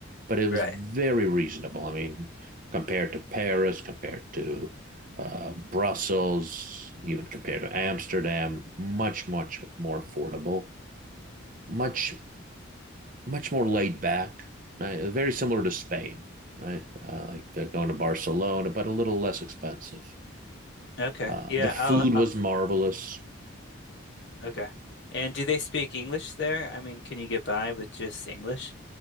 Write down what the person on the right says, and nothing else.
but it
was very reasonable. I mean, compared to Paris, compared to uh, Brussels, even compared to Amsterdam, much much more affordable, much much more laid back. Right? Very similar to Spain, right? Uh, like uh, going to Barcelona, but a little less expensive.
Uh,
the food
was marvelous.